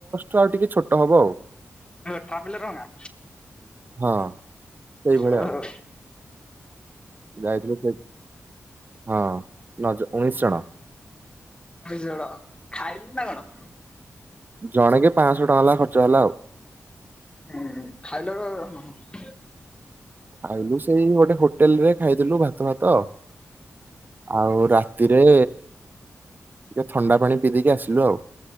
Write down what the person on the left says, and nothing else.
ହେଲେ ଟ୍ରାପ୍ ଲଗାଉଙ୍ଗା।
ହ
ହ।
ବିଝଳ ଖାଇଚୁନା କଣ।
ହୁଁ ଉଁ ଖାଇଲ କଣ ଉଁ।